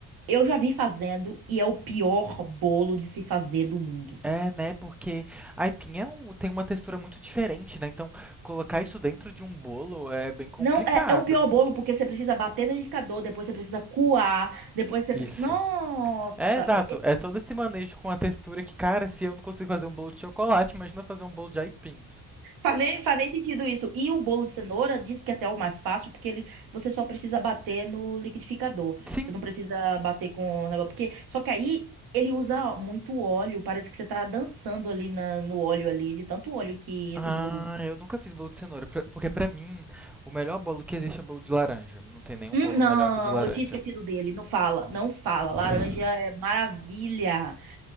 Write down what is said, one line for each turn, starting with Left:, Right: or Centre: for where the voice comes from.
Right: eu já vi fazendo e é o pior bolo de se fazer do mundo.
Centre: É, né? Porque aipim é um, tem uma textura muito diferente, né? Então, colocar isso dentro de um bolo é bem complicado.
Right: Não, é, é o pior bolo porque você precisa bater no liquidificador, depois você precisa coar, depois você
Centre: Isso.
Right: precisa. Nossa!
Centre: É, exato.
Right: é,
Centre: É todo esse manejo com a textura que, cara, se eu não consigo fazer um bolo de chocolate, imagina fazer um bolo de aipim.
Right: Faz nem, faz nem sentido isso. E o bolo de cenoura diz que até é o mais fácil, porque ele, você só precisa bater no liquidificador.
Centre: Sim.
Right: Você não precisa bater com o negócio. Porque, só que aí ele usa muito óleo. Parece que você tá dançando ali na- no óleo ali, de tanto óleo que
Centre: Ah,
Right: esse bolo.
Centre: eu nunca fiz bolo de cenoura, pra- porque pra mim o melhor bolo que existe é bolo de laranja. Não tem nenhum
Right: Hum,
Centre: bolo
Right: não,
Centre: melhor que o de laranja.
Right: eu tinha esquecido dele. Não fala, não
Centre: <laughs>
Right: fala. Laranja é maravilha.